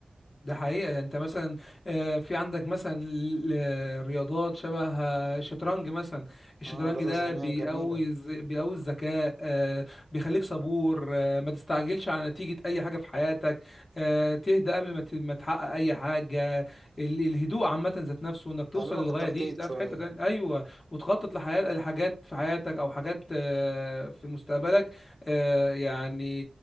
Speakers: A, on the left (about 60°); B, on the right (about 45°).
A: ده حقيقة يعني انت مثلا آه، في عندك مثلا ل- ل- رياضات شبه آه، الشطرنج مثلا الشطرنج
B: اه رياضه
A: ده
B: ذهنيه
A: بيقوي
B: جميله
A: الز- بيقوي الذكاء آه، بيخليك صبور آه، ما تستعجلش على نتيجة اي حاجة في حياتك آه، تهدى قبل ما ت- ما تحقق اي حاجة ال- الهدوء عامة ذات نفسه انك توصل
B: تعلمك
A: للغاية
B: التخطيط
A: دي ده
B: شويه
A: في حتة تانية ايوه وتخطط لحياة لحاجات في حياتك او حاجات آه، في مستقبلك آه، يعني